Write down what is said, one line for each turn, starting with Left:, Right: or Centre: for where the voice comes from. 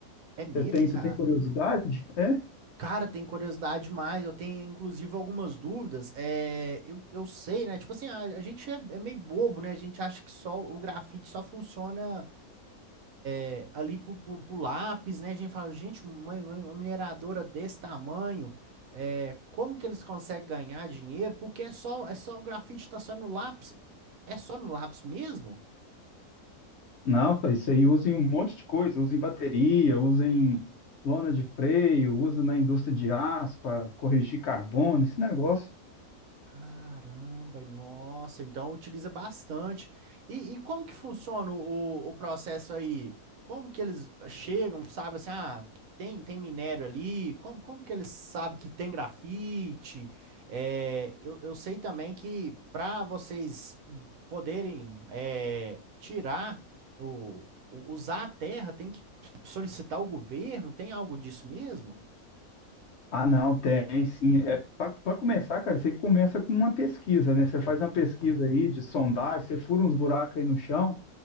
Right: É mesmo,
Left: Você tem, você
Right: cara?
Left: tem curiosidade? É,
Right: Cara, tem curiosidade demais. Eu tenho, inclusive, algumas dúvidas. É, eu, eu sei, né? Tipo assim, a, a gente é, é meio bobo, né? A gente acha que só o grafite só funciona. é, ali pro, pro- pro lápis, né? A gente fala, gente, uma, uma- mineradora desse tamanho, é, como que eles conseguem ganhar dinheiro? Porque é só, é só o grafite tá só no lápis. É só no lápis mesmo?
Left: Não, tá, isso aí usa em um monte de coisa, usa em bateria, usa em lona de freio, usa na indústria de aço para corrigir carbono, esse negócio.
Right: Caramba, nossa, então utiliza bastante. E, e como que funciona o, o processo aí? Como que eles chegam, sabe assim, ah, tem, tem minério ali? Como, como que eles sabem que tem grafite? É, eu, eu sei também que para vocês poderem é, tirar o, o- usar a terra, tem que solicitar o governo, tem algo disso mesmo?
Left: Ah, não, tem sim. É para começar, cara, isso aí começa com uma pesquisa, né? Você
Right: Uhum.
Left: faz uma pesquisa aí de sondagem, você fura uns buracos aí no chão,